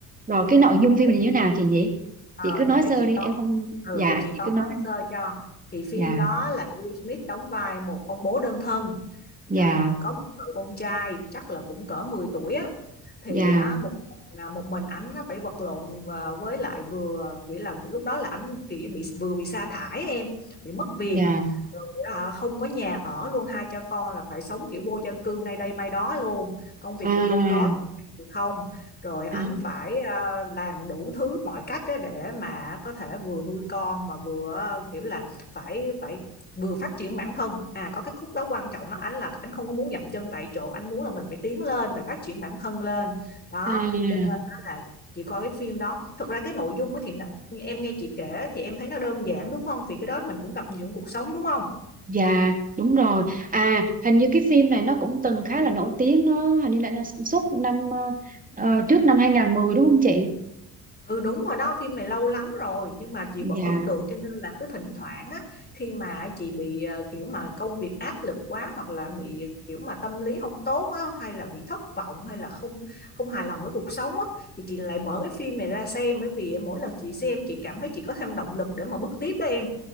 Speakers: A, on the right (about 15°); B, on the left (about 20°).
A: Rồi cái nội dung
B: Ồ.
A: phim này như thế nào chị nhỉ?
B: Ờ,
A: Chị cứ
B: để
A: nói sơ
B: chị
A: đi
B: tóm
A: em không
B: ừ,
A: dạ
B: để chị
A: chị
B: tóm
A: cứ nói
B: tắt sơ cho thì phim
A: dạ
B: đó là Will Smith đóng vai một ông bố đơn thân
A: dạ
B: à, có một cậu con trai chắc là cũng cỡ 10 tuổi á thì
A: dạ
B: á, một là một mình ảnh á phải vật lộn và với lại vừa nghĩa là lúc đó là ảnh kiểu bị vừa bị sa thải em bị mất việc
A: dạ
B: rồi á, không có nhà ở luôn hai cha con là phải sống kiểu vô gia cư nay đây mai đó luôn công việc
A: à
B: thì không có thì không rồi ảnh
A: à
B: phải à, làm đủ thứ mọi cách đó để mà có thể vừa nuôi con mà vừa à, kiểu là phải phải vừa phát triển bản thân à có cái khúc đó quan trọng nó anh là anh không có muốn dậm chân tại chỗ anh muốn là mình phải tiến lên phải phát triển bản thân lên đó
A: à
B: cho nên đó là chị coi cái phim đó thật ra cái nội dung á thì em nghe chị kể thì em thấy nó đơn giản đúng không vì cái đó mình cũng gặp nhiều trong cuộc sống đúng không
A: dạ đúng rồi. À hình như cái phim này nó cũng từng khá là nổi tiếng nó hình như là nó sản xuất năm ờ, ờ, trước năm 2010 đúng không chị?
B: Ừ đúng rồi đó phim này lâu lắm rồi nhưng mà chị
A: Dạ
B: vẫn ấn tượng cho nên là cứ thỉnh thoảng á khi mà chị bị ờ, kiểu mà công việc áp lực quá hoặc là bị kiểu mà tâm lý không tốt á hay là bị thất vọng hay là không không hài lòng với cuộc sống á thì chị lại mở cái phim này ra xem bởi vì mỗi lần chị xem chị cảm thấy chị có thêm động lực để mà bước tiếp đó em.